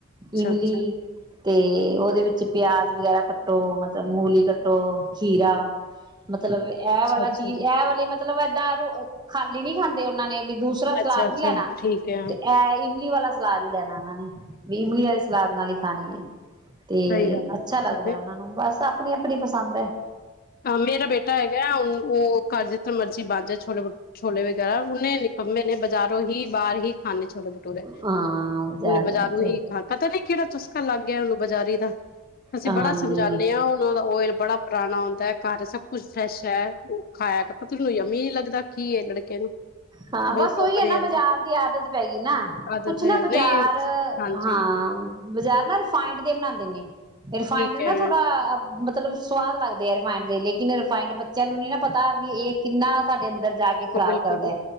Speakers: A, on the right (about 20°); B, on the left (about 45°).
A: ਇਮਲੀ
B: ਅੱਛਾ ਅੱਛਾ
A: ਤੇ ਔਦੇ ਵਿੱਚ ਪਿਆਜ਼ ਵਗੈਰਾ ਕੱਟੋ ਮਤਲਬ ਮੂਲੀ ਕੱਟੋ ਖੀਰਾ ਮਤਲਬ ਐ ਵਾਲਾ
B: ਅੱਛਾ ਅੱਛਾ
A: ਚੀਜ਼ ਐ ਵਾਲੀ ਮਤ <unintelligible> <unintelligible> ਖਾਲੀ ਨੀ ਖਾਂਦੇ ਔਨਾਂ ਨੇ ਵੀ ਦੂਸਰਾ ਸਲਾਦ
B: ਅੱਛਾ ਅੱਛਾ
A: ਨੀ ਲੈਨਾ
B: ਠੀਕ ਹੈ
A: ਤੇ ਐ ਇਮਲੀ ਵਾਲਾ ਸ ਸਲਾਦ ਹੀ ਲੈਣਾ ਉਹਨਾਂ ਨੇ ਵੀ ਇਮਲੀ ਵਾਲੀ ਸਲਾਦ ਨਾਲ ਹੀ ਖਾਣੀ ਹੈ ਤੇ
B: ਸਹੀ ਗੱਲ
A: ਅੱਛਾ ਲੱਗਦਾ
B: ਹੈ
A: ਉਹਨਾਂ ਨੂੰ ਬਸ ਆਪਣੀ ਆਪਣੀ ਪਸੰਦ ਹੈ
B: ਹ ਮੇਰਾ ਬੇਟਾ ਹੈਗਾ ਹੁਣ ਉਹ ਘਰ ਜਿੱਥੇ ਮਰਜ਼ੀ ਬੰਦ ਛੋਲੇ ਵਗੈਰਾ ਉਹਨੇ ਨਿਕੰਮੇ ਨੇ ਬਾਜ਼ਾਰੋਂ ਹੀ ਬਾਹਰ ਹੀ ਖਾਨੇ ਚ ਛੋਟ ਭਟੂਰੇ
A: ਹਾਂ ਬਜ਼ਾਰੀ
B: ਨ ਬਾਜ਼ਾਰੋਂ
A: ਤੇ
B: ਹੀ ਪਤਾ ਨੀ ਕਿਹੜਾ ਚਸਕਾ ਲੱਗ ਗਿਆ ਨੂੰ ਬਾਜ਼ਾਰੀ ਦਾ ਅਸੀਂ
A: ਹਾਂਜੀ
B: ਬੜਾ ਸਮਝਾਂਦੇ ਹਾਂ ਉਹਨਾਂ ਦਾ ਓਇਲ ਬੜਾ ਪੁਰਾਣਾ ਹਦਾ ਘਰ ਸਭ ਕੁੱਛ ਫਰੈਸ਼ ਹੈ ਖਾਇਆ ਤਾਂ ਤੁੈਨੂੰ ਯੰਮੀ ਨ ਲੱਗਦਾ ਕੀ ਇਹ ਲੜਕੇ ਨੂੰ
A: ਹਾਂ
B: ਬਹੁਤ
A: ਬਸ ਉਹੀ
B: ਟੋਕ
A: ਹੈ
B: ਰਹੇ
A: ਨਾ
B: ਆ
A: ਬਜ਼ਾਰ ਦੀ ਆਦਤ ਪੈ ਗਈ ਨਾ
B: ਆਦਤ
A: ਕੁਛ
B: ਹੈ
A: ਨਾ ਬਾਜ਼ਾਰ
B: ਨਹੀਂ ਹਾਂਜੀ
A: ਹਾਂ ਬਾਜ਼ਾਰ ਨਾ ਰਿਫਾਇੰਡ ਦੇ ਬਣਾਉਦੇ ਨੇ ਰਿਫਾਇੰਡ
B: ਠੀਕ
A: ਨਾ
B: ਹੈ
A: ਥੋੜਾ ਮਤਲਬ ਸਵਾਦ ਲੱਗਦੇ ਆ ਰਿਫਾਇੰਡ ਦੇ ਲੇਕਿਨ ਫਾਇੰਡ ਬੱਚਿਆਂ ਨੂੰ ਨੀ ਨਾ ਪਤਾ ਵੀ ਇਹ ਕਿੰਨਾ ਸਾਡੇ ਅੰਦਰ ਜਾ ਖ਼ਰਾਬ
B: ਬਿਲਕੁਲ ਬਿਲਕੁਲ
A: ਕਰਦਾ